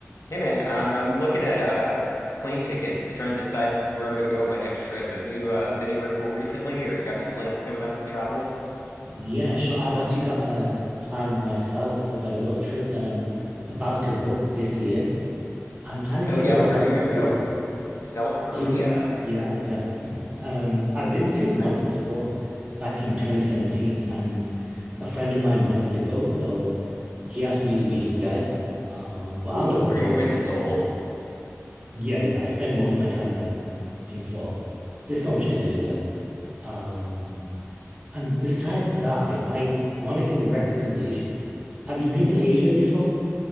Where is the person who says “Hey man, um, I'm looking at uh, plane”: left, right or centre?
Left